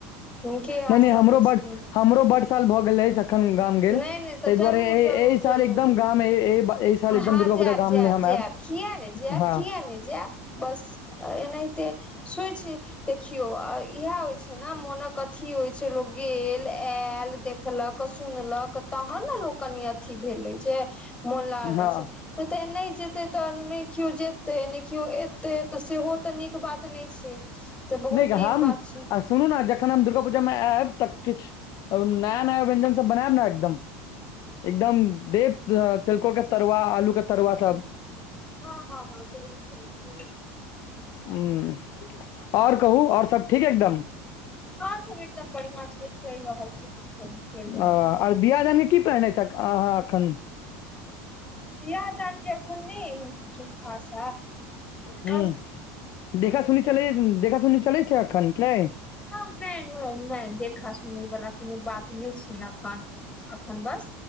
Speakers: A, on the left; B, on the left.
A: हुनके
B: नहि
A: आशा
B: नहि हमरो
A: मे
B: बड
A: छिय
B: हमरो बड साल भऽ गेल अछि अखन गाम
A: नहि
B: गेल
A: नहि तऽ
B: ताहि दुआरे
A: जरूर
B: एहिएहि
A: जरूर
B: साल
A: जरूर
B: एकदम गाम साल
A: हँ
B: एकदम दुर्गा
A: जायब
B: पूजा गाम
A: जायब
B: मे हम
A: जायब
B: आयब
A: किया ने जेब
B: हँ
A: किया नहि जाब बस एनहिते सुइ छ देखियौ इएह होइ छै ने मोनक अथी होइ छै लोक गेल आयल देखलक सुनलक तहन ने लोक कनि अथी भेल रहै छै मो लला
B: हँ
A: लै छै नहि ते नहि जेते तऽ ने केओ जेते ने केओ एते तऽ सेहो ते नीक बात नहि छै <inaudible>
B: नहि
A: नीक
B: हम
A: बात छै
B: आ सुनू ने जखन हम दुर्गा पूजा मे आयब तऽ किछु नया नया व्यंजन बनायब ने एकदम एकदम देब तिलकोर के तरुआ आलू के तरुआ सब
A: हँ हँ हँ जरूर जर
B: हूं आओर कहू आओर सब ठीक एकदम
A: आ सब एकदम बढ़ियां छै चलि रहल छै चलि रहल
B: आ
A: छै
B: आर बियाह दान के की प्लान अछि अहाँ एखन
A: बिहा दानके एखन ने किछु खास
B: हुँ
A: बस
B: देखा सुनि चल देखा सुनी चलै छै एखन के
A: नहि नहि नहि देखा सुनि वलाा कोनो बात नहि छै एखन अखन बस